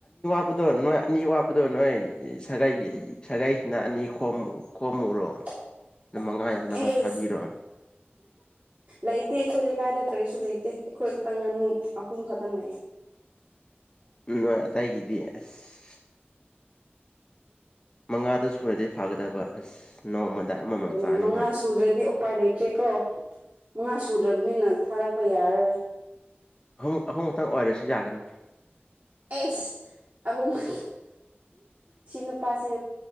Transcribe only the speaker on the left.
ꯍꯥꯞꯄꯗꯣ ꯅꯣꯏ ꯑꯅꯤ ꯋꯥꯠꯄꯗꯣ ꯅꯣꯏ ꯁꯥꯒꯩ ꯁꯥꯒꯥꯏꯁꯤꯅ ꯑꯅꯤ ꯈꯣ ꯈꯣꯝꯃꯨꯔꯣ
ꯃꯉꯥ ꯌꯧꯅꯕ
ꯊꯥꯕꯤꯔꯣ
ꯅꯣꯏ ꯑꯇꯩꯒꯤꯗꯤ ꯑꯁ ꯃꯉꯥꯗꯨ ꯁꯨꯔꯗꯤ ꯐꯥꯒꯗꯕ ꯑꯁ ꯅꯣꯡꯃꯗ ꯑꯃꯃꯝ
ꯆꯥꯅꯤꯡꯉꯥꯏ
ꯑꯍꯨꯝ ꯑꯍꯨꯝ ꯃꯇꯛꯇꯥꯡ ꯑꯣꯏꯔꯁꯨ ꯌꯥꯒꯅꯤ